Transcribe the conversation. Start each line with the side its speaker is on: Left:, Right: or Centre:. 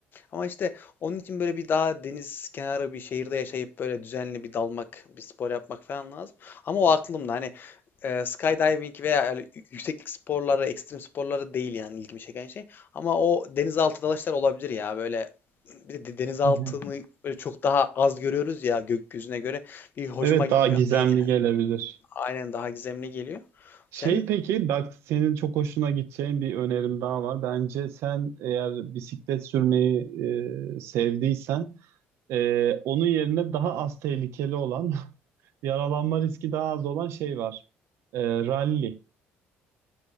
Left: Ama işte onun için böyle bir daha deniz kenarı bir şehirde yaşayıp böyle düzenli bir dalmak, bir spor yapmak falan lazım. Ama o aklımda hani e, skydiving veya öyle yükseklik sporları, ekstrem sporları değil yani ilgimi çeken şey. Ama o denizaltı dalışlar olabilir ya böyle bir de denizaltını
Right: Hı hı.
Left: böyle çok daha az görüyoruz ya gökyüzüne göre. Bir hoşuma
Right: Evet
Left: gitmiyor
Right: daha gizemli
Left: değil yani.
Right: gelebilir.
Left: Aynen daha gizemli geliyor.
Right: Şey
Left: Sen
Right: peki bak senin çok hoşuna gideceğin bir önerim daha var. Bence sen eğer bisiklet sürmeyi e, sevdiysen e, onun yerine daha az tehlikeli olan <laughs> yaralanma riski daha az olan şey var. E, rally.